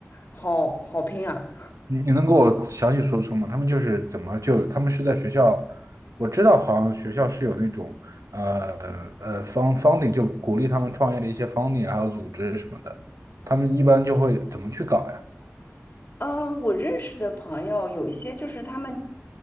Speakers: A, on the left; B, on the right.
A: 好好拼啊！
B: 你你能给我详细说说吗？他们就是怎么就他们是在学校，我知道好像学校是有那种呃呃方 funding 就鼓励他们创业的一些 funding 还有组织什么的，他们一般就会怎么去搞呀？
A: 嗯，呃我认识的朋友有一些就是他们，